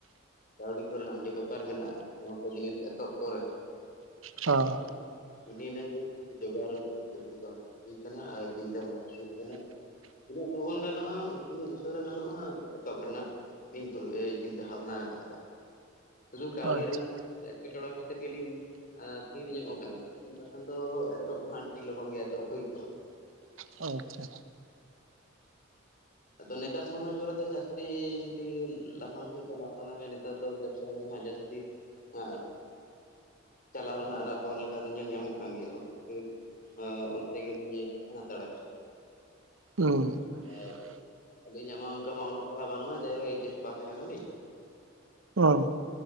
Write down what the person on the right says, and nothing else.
ᱦᱚᱸ
ᱟᱪᱪᱷᱟ
ᱚᱪᱷᱟ
ᱦᱩᱸ
ᱚ